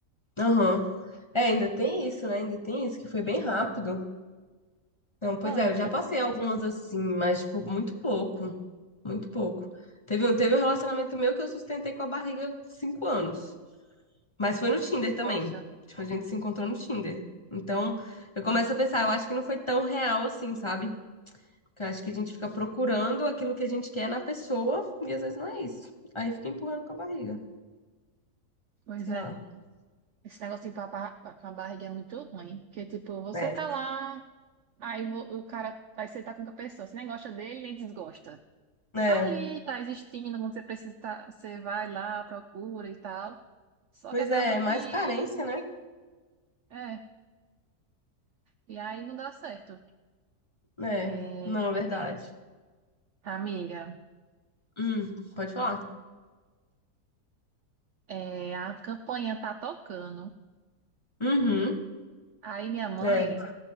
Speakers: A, on the left (about 25°); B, on the right (about 65°).
A: aham. É, ainda tem isso, né? Ainda tem isso, que foi
B: E
A: bem rápido. Não, pois
B: foi,
A: é, eu
B: tipo,
A: já passei algumas assim, mas, tipo, muito pouco. Muito pouco. Teve um, teve um relacionamento meu que eu sustentei com a barriga cinco anos. Mas foi no Tinder também.
B: nossa,
A: Tipo, a gente se encontrou no Tinder. Então, eu começo a pensar, eu acho que não foi tão real assim, sabe? Porque eu acho que a gente fica procurando aquilo que a gente quer na pessoa e às vezes não é isso. Aí fica empurrando com a barriga.
B: pois
A: Sei
B: é.
A: lá.
B: Esse negócio de papar com a barriga é muito ruim. Porque, tipo, você
A: É.
B: tá lá, aí o, o cara, aí você tá com a pessoa, você nem gosta dele, nem desgosta.
A: É.
B: tá ali, tá existindo, quando você precisa, tá- você vai lá, procura e tal. Só
A: Pois
B: que acaba
A: é, é
B: que,
A: mais carência, né?
B: é, e aí não dá certo.
A: É,
B: É,
A: não, é verdade.
B: amiga,
A: Hum, pode falar.
B: é, a campainha tá tocando.
A: Uhum,
B: Aí minha mãe,
A: é.